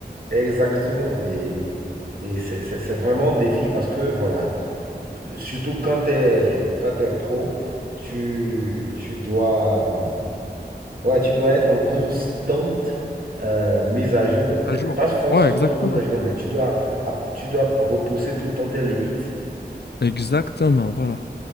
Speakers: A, on the right (about 60°); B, on the left (about 75°).
A: Exactement. Et, et c'est c'est- c'est vraiment un défi parce que voilà. Surtout quand tu es, quand t'es pro, tu, tu dois, ouais, tu dois être en constante euh, mise à jour.
B: À
A: Et
B: jour.
A: Pas forcément
B: Ouais, exactement.
A: mise à jour, mais tu dois, app- tu dois repousser tout le temps tes limites.
B: Exactement, voilà.